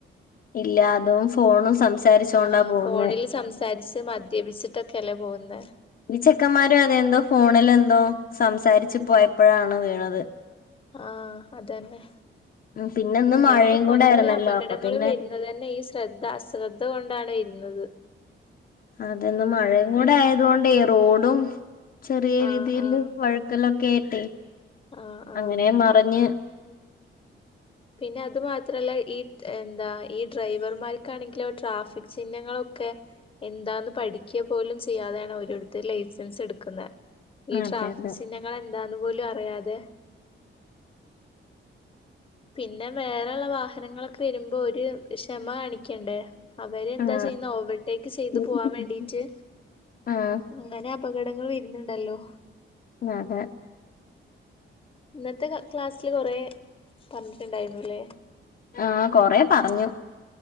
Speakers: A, on the left; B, on the left.
A: ഇല്ല അതും ഫോണും സംസാരിച്ചോണ്ടാ
B: ആ
A: പോകുന്നെ
B: ഫോണിൽ സംസാരിച്ച് മദ്യപിച്ചിട്ടൊക്കെ ചില പോകുന്നത്
A: ചെക്കന്മാരോ അതെന്തോ ഫോണിൽ എന്തോ എന്തോ സംസാരിച്ചു പോയപ്പോഴാണ് വീണത്
B: ആഹ അതന്നെ
A: ഉം പിന്നെന്ന്
B: അങ്ങനെ
A: മഴയും
B: പല
A: കൂടെ ആയിരുന്നല്ലോ
B: പല അപകടങ്ങളും
A: അപ്പൊ പിന്നെ
B: വരുന്നത് തന്നെ ഈ ശ്രദ്ധ അശ്രദ്ധ കൊണ്ടാണ് വരുന്നത്
A: അതൊന്നും മഴയും കൂടെ
B: പിൻ
A: ആയതുക കൊണ്ടേ റോഡും ചെറിയ
B: ആഹ്
A: രീതിയിൽ
B: ആഹ്
A: വഴുക്കലൊക്കെ <unintelligible>
B: ആഹ് ആഹ്
A: അങ്ങനെ മറഞ്ഞ്
B: പിന്നെ അത് മാത്രല്ല ഈ എന്താ ഈ ഡ്രൈവർമാർക്കാണെങ്കിൽ ട്രാഫിക് ചിഹ്നങ്ങളൊക്കെ എന്താന്ന് പഠിക്കുക പോലും ചെയ്യാതെയാണ് ഓരോടത്ത ലൈസൻസ് എടുക്കുന്നത് ഈ
A: അതെ
B: ട്രാഫിക്
A: അതെ
B: ചിഹ്നങ്ങൾ എന്താ അു പോലും അറിയാതെ പിന്നെ വേറെള്ള വാഹനങ്ങളൊക്കെ വരുമ്പോ ഒരു ക്ഷമ കാണിക്കണ്ടേ അവര് എന്താ
A: ഉം
B: ചെയ്യുന്ന ഓവർടേക്ക് ചെയ്ത്
A: ഉം
B: പോവാൻ വേണ്ടീട്ട്
A: ഉം
B: അങ്ങനെ അപകടങ്ങൾ വരുന്നുണ്ടല്ലോ
A: അതെ
B: ഇന്നത്തെ ക്ലാസ്സില് കൊറെ പറഞ്ഞിട്ടുണ്ടായിരുന്നുല്ലേ
A: ആഹ കൊറെ പറഞ്ഞു